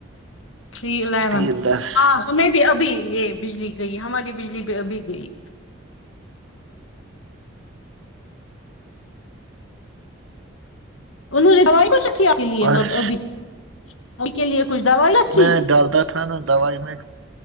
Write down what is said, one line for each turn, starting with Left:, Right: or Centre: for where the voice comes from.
Left: تھری الیونتھ
Right: تین دس
Left: ہاں ہمیں بھی ابھی یہ بجلی گئی ہماری بجلی ابھی گئی ان کچھ آ کے لیے
Right: بس
Left: مطلب ابھی ا کے لیے کچھ دوائی رکھی
Right: میں ڈالتا تھا نا دوائی میں